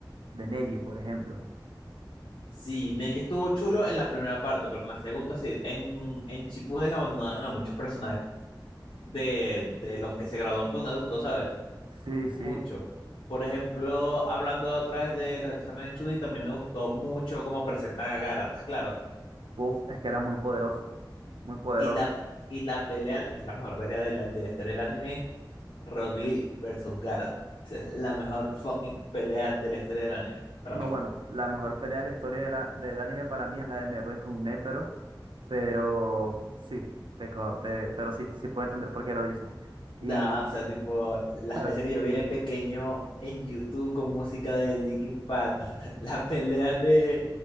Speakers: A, on the right; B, on the left.
A: de Neji, por ejemplo.
B: Sí, Neji estuvo chulo en la primera parte, pero en la segunda sí, en, en Shippuden abandonan a muchos personajes de, de los que se gradúan con Naruto, ¿sabes?
A: Sí, sí.
B: Mucho. Por ejemplo, hablando otra vez de los exámenes Chunin, también me gustó mucho cómo presentan a Gaara, ¿estás claro.
A: Uf, es que era muy poderoso. Muy poderoso.
B: Y la, y la pelea, que es la mejor pelea de la, de la historia del anime, Rock Lee versus Gara. Esa es la mejor fucking pelea de la historia del anime, para
A: No,
B: mí.
A: bueno, la mejor pelea de la historia de la- del anime para mí es la de Meruem con Netero, pero sí, te, co- te- pero sí, sí puedo entender por qué lo dices. Y
B: Da, o sea, tipo,
A: <laughs>
B: las veces que yo vi de pequeño en YouTube con música de Linkin Park, <laughs> la pelea de,